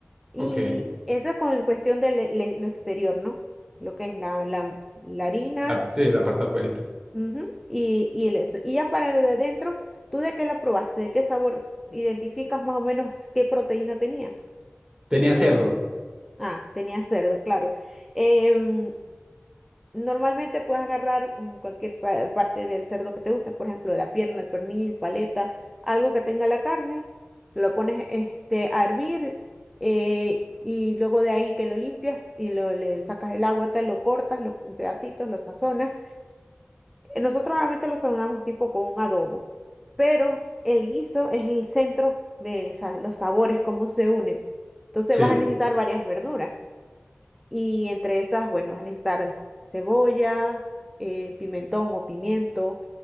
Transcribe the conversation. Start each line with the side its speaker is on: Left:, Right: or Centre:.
Centre: Y
Right: Ok.
Centre: eso es con la cuestión de le- le- lo exterior, ¿no? Lo que es la, la, la harina,
Right: La- sí, la parte afuera.
Centre: ujú, y, y el eso. Y ya para lo de adentro, ¿tú de qué la probaste? ¿De qué sabor identificas más o menos qué proteína tenía?
Right: Tenía cerdo,
Centre: Ah, tenía cerdo, claro. Em, Normalmente puedes agarrar mm, cualquier pa- parte del cerdo que te gusta, por ejemplo, la pierna, el pernil, paleta, algo que tenga la carne, lo pones este, a hervir eh, y luego de ahí que lo limpias y lo, le sacas el agua, te lo cortas lo, en pedacitos, lo sazonas. Eh, Nosotros normalmente lo sazonamos tipo con un adobo, pero el guiso es el centro de esa- los sabores, cómo se unen. Entonces
Right: sí.
Centre: vas a necesitar varias verduras. Y entre esas, bueno, van a necesitar cebolla, eh, pimentón o pimiento.